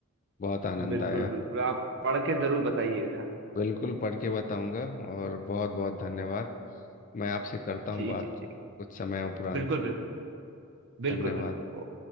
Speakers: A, on the left (about 35°); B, on the right (about 55°).
A: बहुत आनंद
B: बिल्कुल
A: आया
B: बिल्कुल आप पढ़ के जरूर बताइएगा
A: बिल्कुल पढ़ के बताऊंगा और बहुत बहुत धन्यवाद मैं आपसे करता हूँ
B: ठीक
A: बात
B: है ठीक
A: कुछ समय उपरांत
B: बिल्कुल बिल्कुल बिल्कुल
A: धन्यवाद
B: बिल्कुल